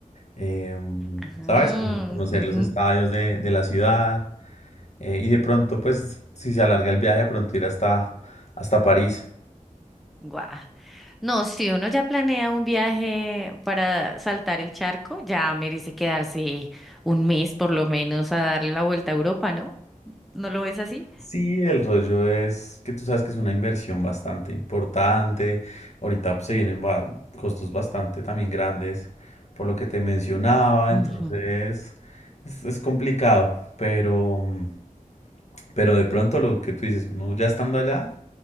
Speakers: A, on the left (about 55°); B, in the centre.
A: eh, mm,
B: Ah,
A: ¿sabes? Como conocer
B: ujú,
A: los estadios de, de la ciudad. Eh, y de pronto, pues, si se alarga el viaje, de pronto ir hasta, hasta París.
B: guau. No, si uno ya planea un viaje para saltar el charco, ya merece quedarse un mes por lo menos a darle la vuelta a Europa, ¿no? ¿No lo ves así?
A: Sí, el rollo es que tú sabes que es una inversión bastante importante. Ahorita pues, se vienen ba- costos bastante también grandes, por lo que te mencionaba.
B: Ujú.
A: Entonces, es, es complicado, pero, mm, pero de pronto lo que tú dices, uno ya estando allá,